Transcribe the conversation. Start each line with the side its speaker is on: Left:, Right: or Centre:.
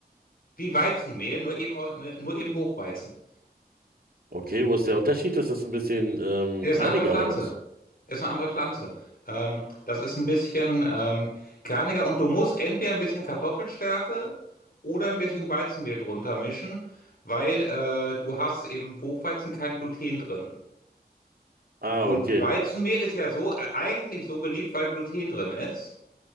Left: Wie Weizenmehl, nur eben, äh, nur eben Buchweizen.
Right: Okay, wo ist der Unterschied? Ist das ein bisschen ähm,
Left: Äh, Das
Right: körniger
Left: ist eine andere Pflanze.
Right: oder was?
Left: Ist eine andere Pflanze. Ähm, das ist ein bisschen ähm, kerniger und du musst entweder ein bisschen Kartoffelstärke oder ein bisschen Weizenmehl drunter mischen, weil äh, du hast im Buchweizen kein Gluten drin.
Right: Ah,
Left: Und
Right: okay.
Left: Weizenmehl ist ja so äh, eigentlich so beliebt, weil Gluten drin ist.